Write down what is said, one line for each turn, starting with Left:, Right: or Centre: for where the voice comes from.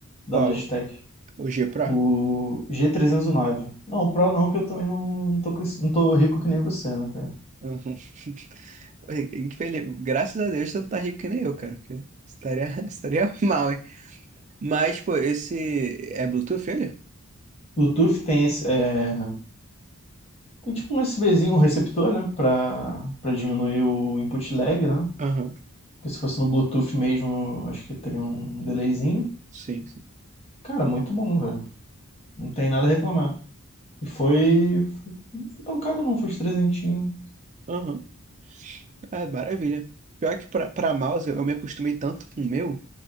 Left: da
Right: Qual?
Left: Logitech.
Right: O G Pro?
Left: O g trezentos e nove Não, o Pro não, que eu também não, não tô, com esse- não tô rico que nem você, né, cara?
Right: Uhum. <laughs> Infeliz... Graças a Deus você não tá rico que nem eu, cara. Porque estaria, <laughs> estaria mal, hein? Mas, pô, esse é Bluetooth, ele?
Left: Bluetooth tem esse. É... Tem tipo um USBzinho, um receptor, né? Pra, pra diminuir o input lag, né?
Right: Aham,
Left: Porque se fosse no Bluetooth mesmo, acho que teria um delayzinho.
Right: Sim, sim.
Left: Cara, muito bom, velho. Não tem nada a reclamar. E foi. foi- Não foi tão caro, não. Foi uns trezentinho.
Right: Aham. Ah, maravilha. Pior que pra, pra mouse, eu eu me acostumei tanto com o meu,